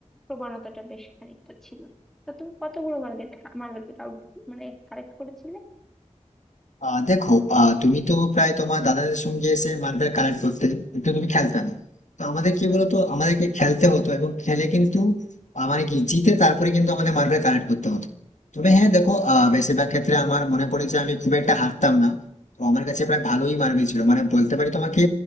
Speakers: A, in the centre; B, on the left.
A: প্রবণতাটা বেশ খানিকটা ছিল তো তুমি কতগুলো মার্বেল মার্বেল মানে কালেক্ট করেছিলে
B: আহ, দেখো আহ, তুমি তো প্রায় তোমার দাদাদের সঙ্গে এসে মার্বেল কালেক্ট করতে কিন্তু তুমি খেলতে না তো আমাদের কি বলতো আমাদেরকে খেলতে হতো এবং খেলে কিন্তু আহ, মানে কি জিতে তারপরে কিন্তু আমাদের মার্বেল কালেক্ট করতে হতো তবে হ্যাঁ দেখো আহ, বেশিরভাগ ক্ষেত্রে আমার মনে পড়ে যে আমি খুব একটা হারতাম না তো আমার কাছে প্রায় ভালোই মার্বেল ছিল মানে বলতে পারি তোমাকে